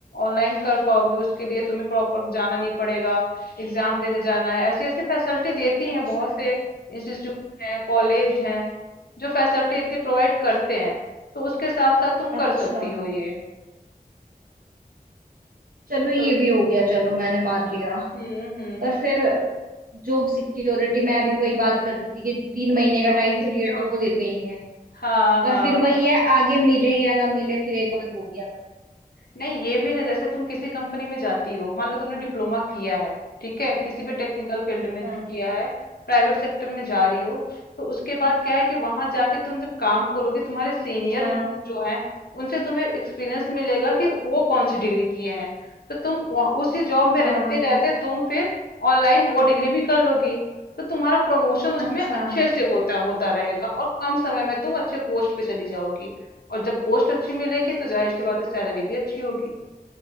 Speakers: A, on the left; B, on the right.
A: ऑनलाइन कर पाओगी उसके लिए तुम्हें प्रॉपर जाना नहीं पड़ेगा एग्जाम देने जाना है ऐसी ऐसी फैसिलिटी देती
B: अच्छा
A: हैं बहुत से इंस्टीट्यूट हैं कॉलेज हैं जो फैसिलिटी इतनी प्रोवाइड करते हैं तो उसके साथ साथ तुम
B: अच्छा
A: कर सकती हो ये
B: चलो ये
A: तो उस-
B: भी हो गया चलो मैंने मान लिया
A: हम्म हम्म
B: पर फिर जॉब सिक्योरिटी मैं अभी वही बात कर रही थी कि तीन महीने
A: जॉब
B: का टाइम पीरियड
A: सिक्योर
B: तो वो देते ही है
A: हाँ
B: पर
A: हाँ
B: फिर वही है आगे मिले या ना मिले फिर एक बार वो भी आ जाता
A: नहीं ये भी ना जैसे तुम किसी कंपनी में जाती हो मान लो तुमने डिप्लोमा किया है ठीक है किसी भी टेक्निकल फील्ड में
B: है। हाँ
A: किया है प्राइवेट सेक्टर में जा रही हो तो उसके बाद क्या है कि वहां जाके तुम जब काम करोगे तुम्हारे सीनियर
B: हाँ
A: जो है उनसे तुम्हें एक्सपीरियंस मिलेगा कि वो कौन सी डिग्री किए हैं तो तुम वहाँ- उसी जॉब में
B: हाँ
A: रहते रहते तुम फिर ऑनलाइन वो डिग्री भी कर लोगी तो तुम्हारा प्रमोशन उसमें
B: अच्छा
A: अच्छे से होता होता रहेगा और कम समय में तुम अच्छे पोस्ट पे चली जाओगी और जब पोस्ट अच्छी मिलेगी तो जाहिर सी बात है सैलरी भी अच्छी होगी